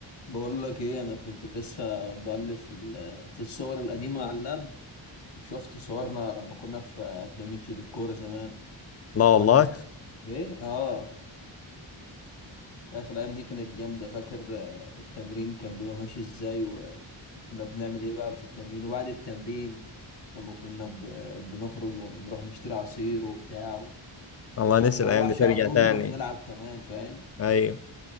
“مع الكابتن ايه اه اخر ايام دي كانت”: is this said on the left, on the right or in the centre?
Left